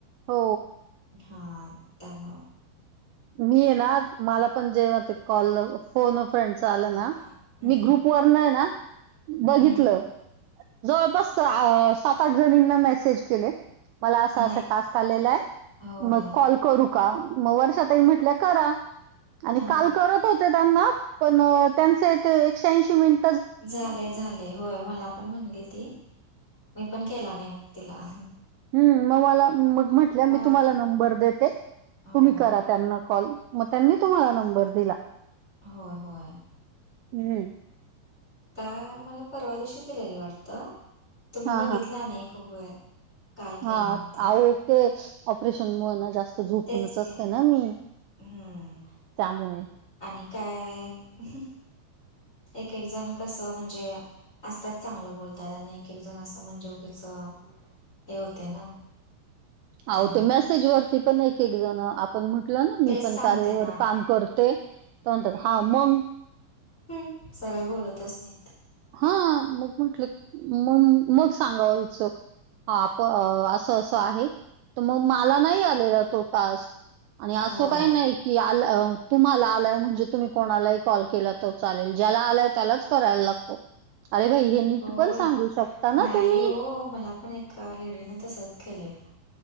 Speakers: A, on the right; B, on the left.
A: हो.
B: हा त्याना
A: मी आहे ना मला पण जेवा ते कॉल फोन फ्रेंडस च आलं
B: हा
A: ना
B: हम्म
A: मी ग्रुप पुर्ण आहे ना बघितलं.
B: हम्म
A: जवळपास सात आठ जणींना मेसेज केले. मला असा
B: नाही
A: असा टास्क आलेला आहे
B: होय
A: मग कॉल करू का म वर्षात ताई म्हटल्या करा आणि
B: हा
A: काल करत होते त्यांना पण त्यांचे एकश्याऐंशी मिनिट
B: झाले झाले होय मला पण म्हणली ती. मी पण केला नाही मग तिला.
A: हम् मग मला मग म्हटलं
B: मग
A: मी तुम्हाला नंबर देते तुम्ही
B: हो.
A: करा. त्यांना कॉल मग त्यांनी तुम्हाला नंबर दिला.
B: हो होय.
A: हम्म.
B: का मला परवा दिवशीच दिलेली वाटतं तुम्ही
A: हा
B: बघितला नाही खूप वेळ. काल केल्यानंतर.
A: हा आवो तेच ऑपरेशन मुळ ना जास्त च झोपूनच
B: तेच की.
A: असते ना मी
B: हं.
A: त्यामुळे.
B: आणि काय एक एक एक जण कसं म्हणजे असतात चांगलं बोलतात आणि एक एक जण असं म्हणजे उगीच हे होते ना. त्यामुळं.
A: आवो ते मेसेज वरती पण एक एक जण आपण म्हटलं ना
B: तेच
A: मी पण
B: सांगते
A: कार्यवर
B: ना.
A: काम करत तें तर म्हणतात हा मग.
B: हम् सगळ बोलतच नाही.
A: हा मग म्हटलं मग मग सांगावायचं. हा प असं असं आहे तर मग मला नाही आलेला तो टास्क आणि असं
B: होय.
A: काही नाही की आल तुम्हाला आलाय म्हणजे तुम्ही कोणालाही कॉल केला तर चालेल ज्याला आलाय त्यालाच करायला लागतो अरे भाई हे नीट
B: होय.
A: पण सांगू शकता ना
B: नाही
A: तुम्ही.
B: हो मला पण एका लेडीने तसच केलंय